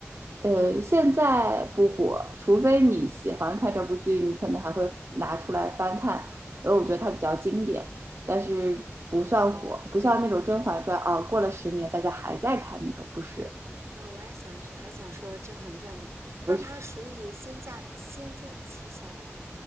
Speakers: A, on the right; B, on the right.
A: 呃，现在不火，除非你喜欢看这部剧，你可能还会拿出来翻看，因为我觉得它比较经典，但是不算火，不像那种《甄嬛传》啊，过了十年大家还在看那种，不是，
B: 呃，我还想还想说《甄嬛传》呢。那它属于仙家《仙剑奇侠》的吗？
A: 不是，